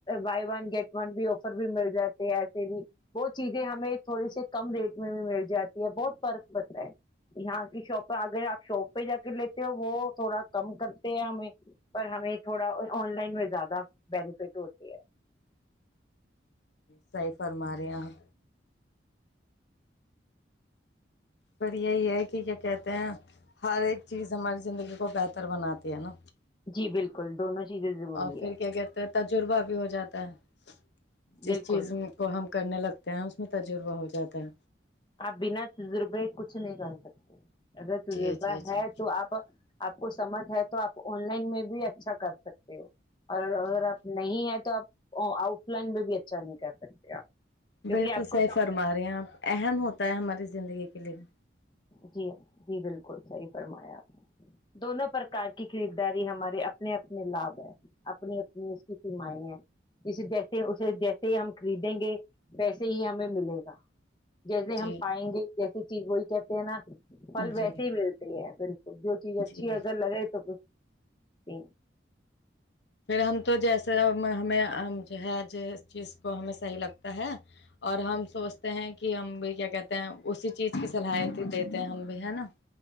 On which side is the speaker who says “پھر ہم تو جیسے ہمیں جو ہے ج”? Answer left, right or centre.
Left